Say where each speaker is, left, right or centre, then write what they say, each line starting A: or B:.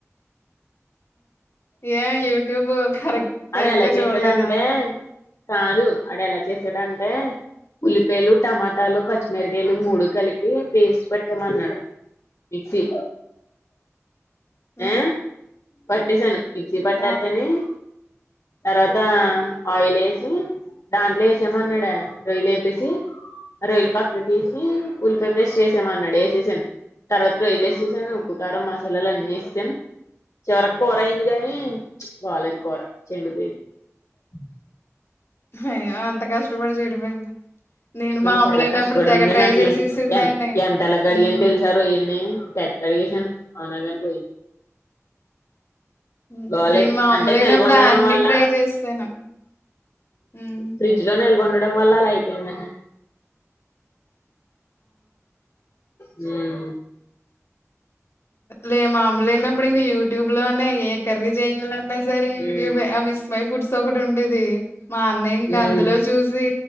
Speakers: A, on the left (about 50°); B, on the left (about 70°).
A: ఏ యూట్యూబ్ కరెక్ట్ సరిగ్గా
B: ఆడ ఎలా చేసాడంటే
A: చూడలేదా
B: కాదు ఆడ ఎలా చేసాడంటే ఉల్లిపాయలు టమాటాలు పచ్చిమిరకాయలు మూడు కలిపి పేస్ట్ పెట్టామ అన్నాడు మిక్సీ
A: ఉమ్.
B: ఆ పట్టేేశాను మిక్సీ పట్ట
A: ఆ
B: తెనే తర్వాత ఆయిల్ వేసి దాంట్లో వేసామ అన్నాడ రొయ్యలు వేపేసి రొయ్యలు పక్క తీసి ఉల్లిపయ పేస్ట్ వేసామ అన్నాడు వేసేసాను తర్వాత రొయలే వేసేసాను ఉప్పుకారం మసాల అన్నీ వస్తేను చివరికి కూర అయింది కాగానీ బాలేదు కూర చెండిపోయింది అ
A: అయ్యో అంత కష్టపడి చెడిపోయింది నేను మామూలైనప్పుడు
B: చాలా కష్టపడి
A: తెగ
B: ఉండే
A: ట్రై
B: నాట్ని
A: చేసేసేదాన్ని
B: ఎ ఎంత అలా క అడిగిని
A: ఉమ్.
B: తెలుసా రొయ్యల్ని టెక్ క చేస అయినా గాని పోయింది
A: హ్మ్.
B: బాలేేదు
A: నేను మా అమ్మ
B: అంటే
A: లేనప్పుడు
B: నిల్వ ఉండడం
A: అన్నీ
B: వల్ల
A: ట్రై చేశాను. హ్మ్.
B: ఫ్రిడ్జ్ లో నిల్వ ఉండడం వల్ల అలా అయిపోయింది హ్మ్మ్
A: లేమామ్లేనే ఇప్పుడు ఇంక యూట్యూబ్ లోనే ఏ కర్రీ చేయాల అన్నా సరే యూట్యూబ్
B: ఉమ్
A: ఆ విస్ మై ఫుడ్స్ ఒక ఉండేది మా అన్నయ్య ఇంకా
B: ఉమ్
A: అందులో చూసి